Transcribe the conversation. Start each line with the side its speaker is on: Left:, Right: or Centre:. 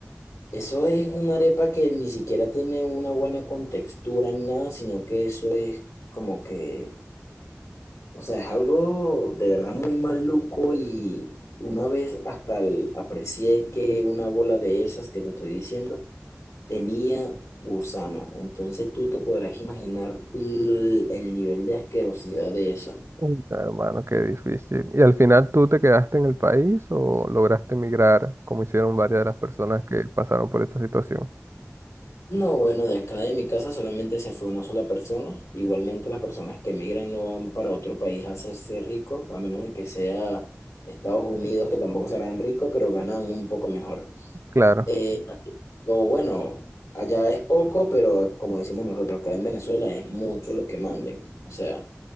Left: eso es una arepa que ni siquiera tiene una buena contextura ni nada, sino que eso es como que o sea, es algo de verdad muy maluco y una vez hasta el- aprecié que una bola de esas que te estoy diciendo tenía gusano. Entonces tú te podrás imaginar el, el nivel de asquerosidad de eso.
Right: Uy, Hermano, qué difícil. ¿Y al final tú te quedaste en el país o lograste emigrar, como hicieron varias de las personas que pasaron por esta situación?
Left: No, bueno, de acá de mi casa solamente se fue una sola persona. Igualmente las personas que emigran no van para otro país a hacerse ricos, a menos de que sea Estados Unidos, que tampoco serán ricos, pero ganan un poco mejor.
Right: Claro,
Left: Eh, Lo bueno, allá es poco, pero como decimos nosotros, acá en Venezuela es mucho lo que manden. O sea,